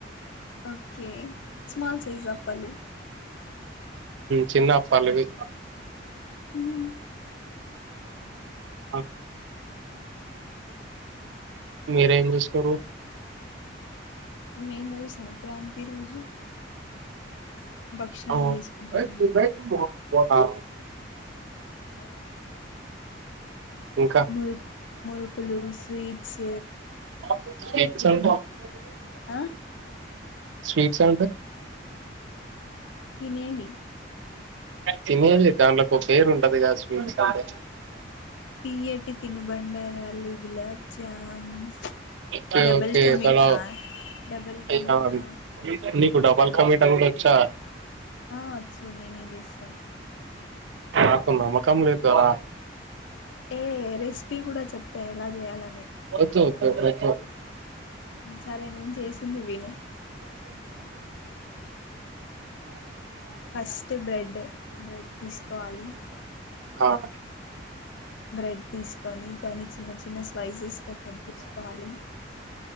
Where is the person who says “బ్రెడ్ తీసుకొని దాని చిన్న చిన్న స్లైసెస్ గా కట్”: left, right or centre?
Left